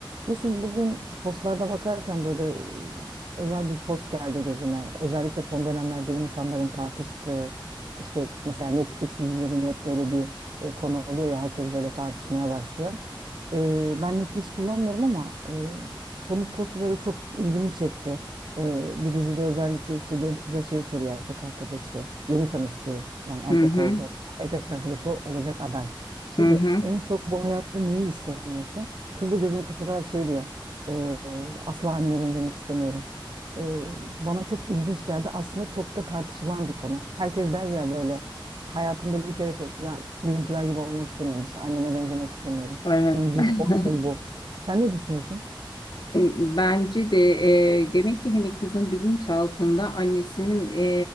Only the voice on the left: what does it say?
Hı hı,
hı
hı.
Evet.
<laughs>
Bence de e, demek ki hani kızın bilinçaltında annesinin e,